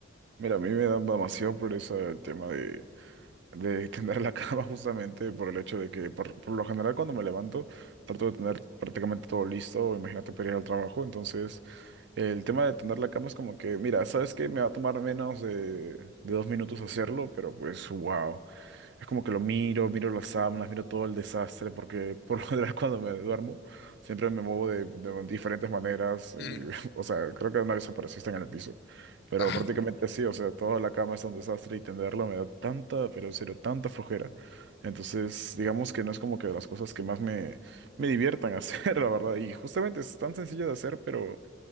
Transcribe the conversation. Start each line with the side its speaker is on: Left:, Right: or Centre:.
Right: Mira, a mí me da demasiado pereza el tema de, de tender la cama <laughs> justamente por el hecho de que por, por lo general cuando me levanto trato de tener prácticamente todo listo, imagínate para ir al trabajo, entonces el tema de tender la cama es como que, mira, sabes que me va a tomar menos de, de dos minutos hacerlo, pero pues wow. Es como que lo miro, miro las sábanas, miro todo el desastre, porque <laughs> por lo general <laughs> cuando me duermo siempre me muevo de, de diferentes maneras. Y,
Left: <laughs> Mm.
Right: <laughs> o sea, creo que una vez apareciste en el piso. Pero
Left: Ah,
Right: prácticamente sí, o sea, toda la cama es un desastre y tenderla me da tanta, pero en serio, tanta flojera. Entonces, digamos que no es como que de las cosas que más me, me diviertan <laughs> hacer, la verdad. Y justamente es tan sencillo de hacer, pero...